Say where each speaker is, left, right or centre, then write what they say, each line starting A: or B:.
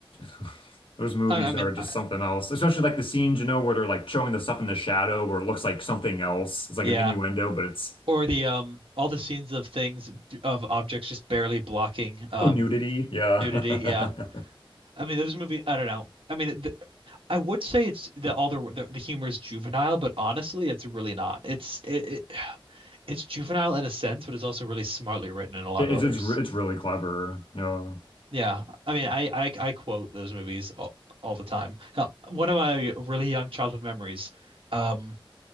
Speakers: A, on the left; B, on the right.
A: <laughs> those movies
B: I, I mean,
A: are just
B: I,
A: something else. Especially, like, the scenes, you know, where they're, like, showing the stuff in the shadow where it looks like something else. It's like
B: yeah.
A: an innuendo, but it's,
B: Or the um all the scenes of things of objects just barely blocking um
A: oh, nudity. Yeah.
B: Nudity,
A: <laughs>
B: yeah. I mean, this movie, I don't know. I mean, th I would say it's the all the, the the humor is juvenile, but honestly, it's really not. It's it, it <sighs> it's juvenile in a sense, but it's also really smartly written in a lot
A: It,
B: of
A: it's,
B: others.
A: it's, re- it's really clever. no
B: Yeah, I mean, I I, I quote those movies all, all the time. Hell, one of my really young childhood memories. Um,